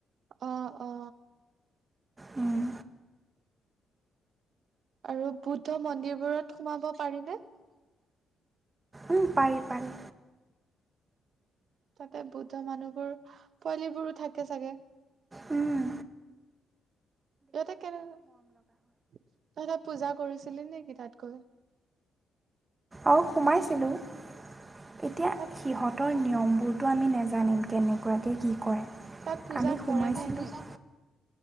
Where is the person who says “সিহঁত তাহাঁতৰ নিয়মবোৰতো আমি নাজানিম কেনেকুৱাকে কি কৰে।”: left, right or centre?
Right